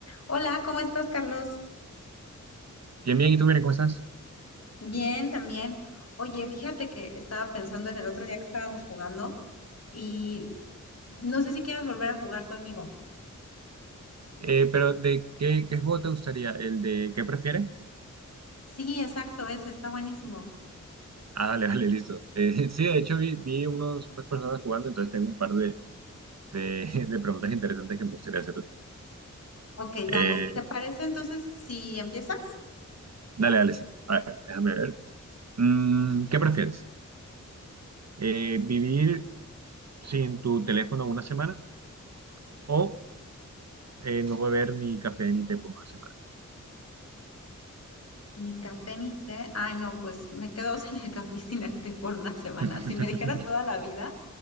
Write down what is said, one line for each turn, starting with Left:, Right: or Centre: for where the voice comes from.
Left: Hola, ¿cómo estás, Carlos?
Right: Bien, bien, ¿y tú, bien, cómo estás?
Left: Bien, también. Oye, fíjate que estaba pensando en el otro día que estábamos jugando y no sé si quieras volver a jugar conmigo.
Right: Eh, pero, ¿de qué, qué juego te gustaría? ¿El de qué prefieres? <laughs>
Left: Sí, exacto, ese está buenísimo.
Right: Ah, dale, dale, listo. Eh, <laughs> sí, de hecho, vi, vi unos, unas personas jugando, entonces tengo un par de, de, <laughs> de preguntas interesantes que me gustaría hacer.
Left: Ok,
Right: Eh,
Left: dale. ¿Te parece entonces si empiezas?
Right: dale, dale, sí. A ver, déjame ver. Mm, ¿qué prefieres? Eh, ¿vivir sin tu teléfono una semana o eh, no beber ni café ni té por una semana?
Left: Ni café ni té. Ay, no, pues me quedo <laughs> sin el café y sin el té por una semana.
Right: <laughs>
Left: Si me dijeras toda la vida,